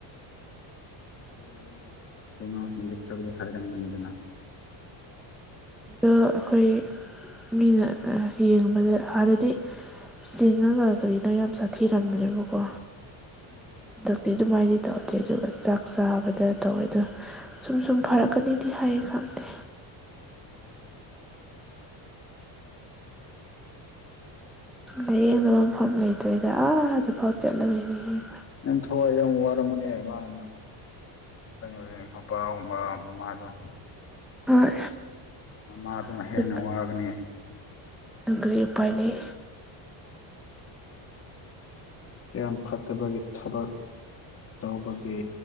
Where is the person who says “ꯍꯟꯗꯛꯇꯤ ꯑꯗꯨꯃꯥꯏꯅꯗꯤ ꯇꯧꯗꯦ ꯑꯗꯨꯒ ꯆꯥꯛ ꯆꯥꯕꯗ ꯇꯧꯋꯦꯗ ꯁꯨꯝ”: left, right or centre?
Centre